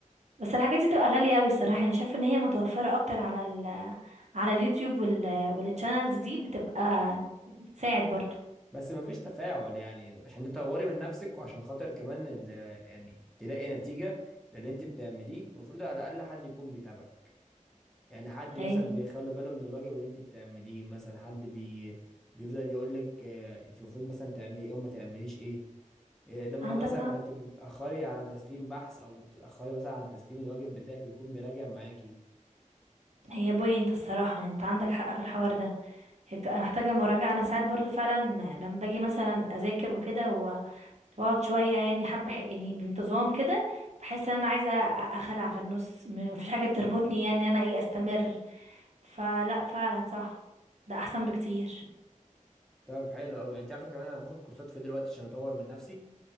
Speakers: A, on the right; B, in the centre.
A: بس الحاجات دي تبقى غالية قوي الصراحة انا شايفة ان هي متوفرة اكتر على ال على اليوتيوب وال والتشانلز دي بتبقى بتساعد برضو
B: بس ما فيش تفاعل يعني عشان تطوري من نفسك وعشان خاطر كمان ال- يعني تلاقي نتيجة للي انت بتعمليه المفروض على الاقل حد يكون بيتابعك يعني حد
A: يعني
B: مثلا بيخلي باله من الواجب اللي انت بتعمليه مثلا حد بي بيفضل يقول لك آه، انت المفروض مثلا تعملي ايه وما تعمليش ايه إيه، لما
A: عندك
B: مثلا
A: حق
B: بت- بتأخري عن تسليم بحث او بتأخري مثلا عن تسليم الواجب بتاعك بيكون بيراجع معاكي
A: هي بوينت الصراحة يعني، انت عندك حق في الحوار ده هي بتبقى محتاجة مراجعة انا ساعات برضو فعلا لما باجي مثلا اذاكر وكده واقعد شويه يعني حبه حق- يعني بانتظام كده بحس ان انا عايزه أ- اخلع في النص م- مفيش حاجه تربطني يعني ان انا ايه استمر فلا فعلا صح ده احسن بكتير
B: طب حلو قوي انت عارفه كمان انا باخد كورسات في دلوقتي عشان اطور من نفسي